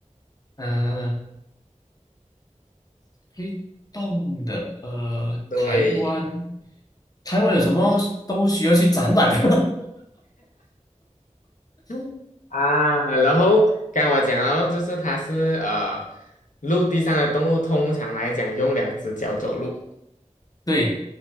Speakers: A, on the left; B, on the left.
A: 嗯、呃会动的，呃，
B: 对，
A: 台湾，台湾有什么动物需要去展览的？
B: 嗯啊，然后刚我讲了哦，就是它是呃，陆地上的动物，通常来讲用两只脚走路，
A: <laughs> 对，